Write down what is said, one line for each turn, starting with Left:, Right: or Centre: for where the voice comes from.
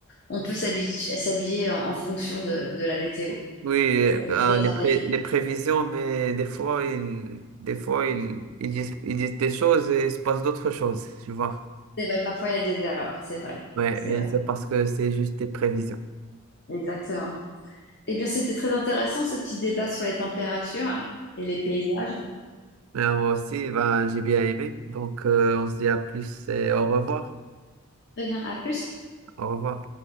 Left: on peut s'habituer- s'habiller en, en fonction de, de la météo
Right: Oui, euh,
Left: pour
Right: ben,
Left: éviter d'attraper.
Right: les, pré- les prévisions, mais des fois, ils, des fois ils, ils disent, ils disent des choses et il se passe d'autres choses, tu vois.
Left: C'est vrai, parfois, il y a des erreurs. C'est vrai.
Right: Ouais,
Left: C'est
Right: bien
Left: vrai.
Right: sûr, parce que c'est juste des prévisions.
Left: Exactement. Eh bien, c'était très intéressant ce petit débat sur les températures et les paysages.
Right: Mais euh, moi aussi, ben, j'ai bien aimé. Donc, euh, on se dit à plus et au revoir.
Left: Très bien, à plus.
Right: Au revoir.